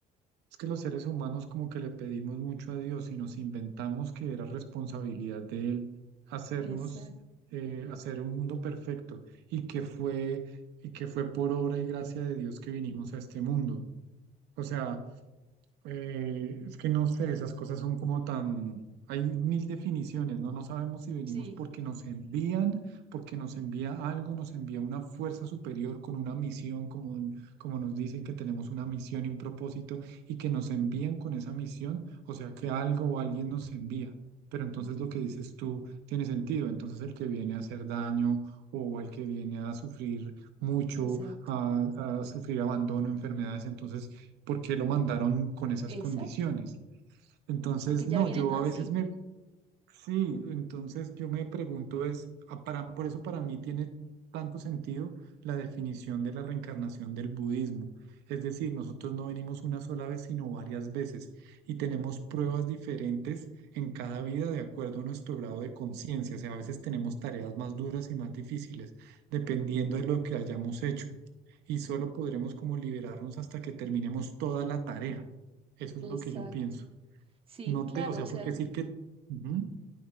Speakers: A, on the right (about 80°); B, on the right (about 35°).
A: es que los seres humanos como que le pedimos mucho a Dios y nos inventamos que era responsabilidad de Él hacernos,
B: Exacto.
A: eh, hacer un mundo perfecto y que fue, y que fue por obra y gracia de Dios que vinimos a este mundo. O sea, Eh, es que no sé, esas cosas son como tan... Hay mil definiciones, ¿no? No sabemos si venimos
B: Sí.
A: porque nos envían, porque nos envía algo, nos envía una fuerza superior con una misión, como, como nos dicen que tenemos una misión y un propósito, y que nos envían con esa misión, o sea que algo o alguien nos envía. Pero entonces lo que dices tú tiene sentido. Entonces el que viene a hacer daño o el que viene a sufrir mucho,
B: Exacto,
A: a, a sufrir abandono, enfermedades, entonces porque lo mandaron con esas
B: exacto,
A: condiciones. Entonces,
B: porque ya
A: no,
B: vienen
A: yo
B: así.
A: a veces me Sí, entonces yo me pregunto es, a- para, por eso para mí tiene tanto sentido la definición de la reencarnación del budismo. Es decir, nosotros no venimos una sola vez, sino varias veces y tenemos pruebas diferentes en cada vida de acuerdo a nuestro grado de conciencia. O sea, a veces tenemos tareas más duras y más difíciles, dependiendo de lo que hayamos hecho. Y solo podremos como liberarnos hasta que terminemos toda la tarea. Eso es
B: Exacto.
A: lo que yo pienso.
B: Sí,
A: No
B: claro,
A: te, o sea,
B: o sea,
A: porque decir que... Ujú.